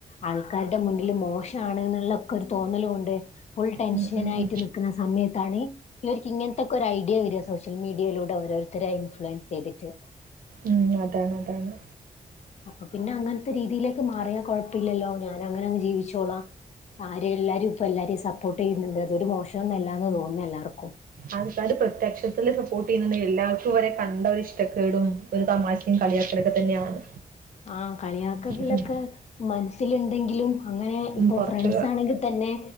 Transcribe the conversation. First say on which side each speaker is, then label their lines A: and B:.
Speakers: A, on the left; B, on the right.
A: ആൾക്കാരുടെ മുന്നില് മോശവാണ് എന്നുള്ളൊക്കെ ഒരു തോന്നല് കൊണ്ട് ഫുൾ ടെൻഷനായിട്ട്
B: ഉം ഉം ഉം.
A: നിൽക്കുന്ന സമയത്താണി ഇവർക്ക് ഇങ്ങനത്തെക്കൊരു ഐഡിയ വെര്യ സോഷ്യൽ മീഡിയയിലൂടെ ഓരോരുത്തരായി ഇൻഫ്ലുവൻസ് ചെയ്തിട്ട്
B: ഉം അതാണ് അതാണ്
A: അപ്പ പിന്നെ അങ്ങനത്തെ രീതിയിലേക്ക് മാറിയാ കൊഴപ്പയില്ലല്ലോ ഞാൻ അങ്ങനെ അങ്ങ് ജീവിച്ചോളാം ആര് എല്ലാരും ഇപ്പം എല്ലാരെയും സപ്പോർട്ട് ചെയ്യുന്നുണ്ട് അതൊരു മോശോന്നല്ലാന്ന തോനുന്നേ എല്ലാർക്കും
B: ആൾക്കാര് പ്രത്യക്ഷത്തില് സപ്പോർട്ട് ചെയ്യുന്നുണ്ട് എല്ലാവർക്കും ഇവരെ കണ്ടാ ഒരു ഇഷ്ടക്കേടും ഒരു തമാശേം കളിയാക്കലൊക്കെ തന്നെയാണ്.
A: ആ കളിയാക്കലക്കെ
B: ഉം.
A: മനസ്സിലുണ്ടെങ്കിലും അങ്ങനെ
B: ഉം,
A: ഇപ്പൊ
B: പുറത്ത്
A: ഫ്രണ്ട്സ് ആണെങ്കിൽ തന്നെ